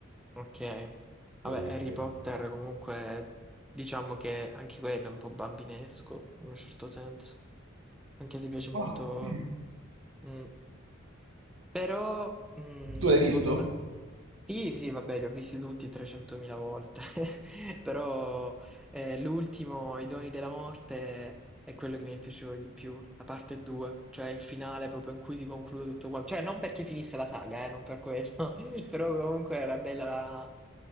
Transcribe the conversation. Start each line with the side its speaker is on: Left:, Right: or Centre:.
Centre: ok. Vabbè,
Right: devo dirti.
Centre: Harry Potter comunque diciamo che anche quello è un po' bambinesco in un certo senso. Anche se piace molto.
Right: Ah, sì.
Centre: mm. Però, mh,
Right: Tu l'hai
Centre: secondo
Right: visto?
Centre: me... Sì, sì, vabbè, li ho visti tutti 300.000 volte, <laughs> però eh, l'ultimo, I doni della morte, è quello che mi piaceva di più, la parte 2, cioè il finale proprio in cui si conclude tutto quanto, cioè non perché finisse la saga, eh, non per quello, <laughs> però comunque era bella la...